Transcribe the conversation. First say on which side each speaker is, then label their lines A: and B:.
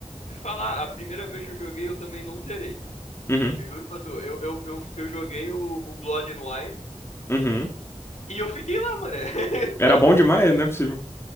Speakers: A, on the left; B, on the left.
A: De falar, a primeira vez que eu joguei, eu também não zerei.
B: Uhum,
A: Eu juro pra tu, eu, eu, eu, eu joguei o, o Blood and Wine
B: uhum.
A: e eu fiquei lá, mano. <laughs>
B: Era
A: Sabe?
B: bom demais, não é possível.